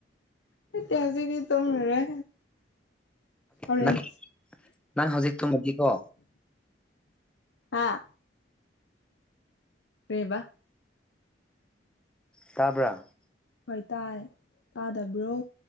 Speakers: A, on the left; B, in the centre.
A: ꯅꯠꯇꯦ ꯍꯧꯖꯤꯛꯇꯤ ꯇꯨꯝꯃꯔꯣꯏ ꯍꯣꯔꯦꯟ
B: ꯅꯪ ꯅꯪ ꯍꯧꯖꯤꯛ ꯇꯨꯝꯃꯗꯤꯀꯣ
A: ꯑꯥ ꯀꯩꯕ
B: ꯇꯥꯕ꯭ꯔꯥ
A: ꯍꯣꯏ ꯇꯥꯏ ꯇꯥꯗꯕ꯭ꯔꯣ